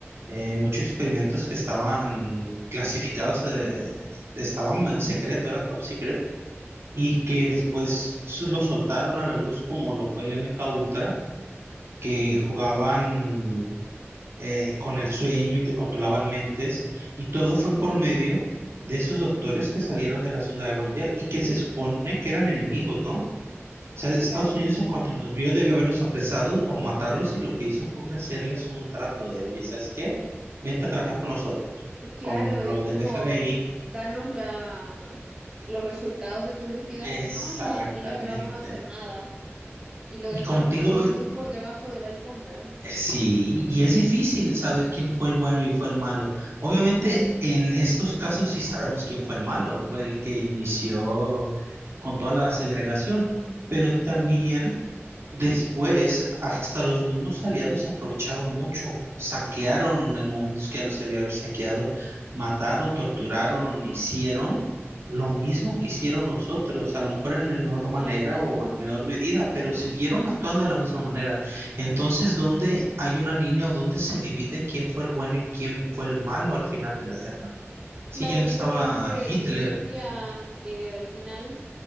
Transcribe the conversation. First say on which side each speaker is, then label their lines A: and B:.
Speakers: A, on the right; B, on the right.
A: Eh, muchos experimentos que estaban clasificados, eh, estaban en secreto, eran top secret, y que después los soltaron a la luz como lo fue el MK Ultra, que jugaban eh, con el sueño y que controlaban mentes, y todo fue por medio de esos doctores que salieron de la Segunda Guerra Mundial y que se supone que eran enemigos, ¿no? O sea, Estados
B: claro.
A: Unidos en cuanto los vio debió haberlos apresado o matarlos y lo que hizo fue ofrecerles un trato de, oye, ¿sabes qué? Vente a trabajar con nosotros,
B: Claro,
A: con
B: es
A: lo del
B: como
A: FBI.
B: danos la, los resultados de tu investigación
A: Exactamente.
B: y, y no te vamos a hacer nada. Y lo
A: Y
B: dejaron
A: como te digo,
B: todo muy por debajo de la alfombra.
A: Sí, y es difícil saber quién fue el bueno y fue el malo. Obviamente, en estos casos sí sabemos quién fue el malo, fue el que inició con toda la segregación, pero también después hasta los mismos aliados aprovecharon mucho, saquearon en momentos que ya no se debía haber saqueado, mataron, torturaron, hicieron lo mismo que hicieron los otros, a lo mejor en menor
B: Claro,
A: manera o en menor medida, pero siguieron actuando de la misma manera. Entonces, ¿dónde hay una línea o dónde se divide quién fue el bueno y quién fue el malo al final de la guerra? Sí,
B: claro,
A: ya no
B: y
A: estaba
B: es lo mismo que,
A: Hitler.
B: que te decía que al final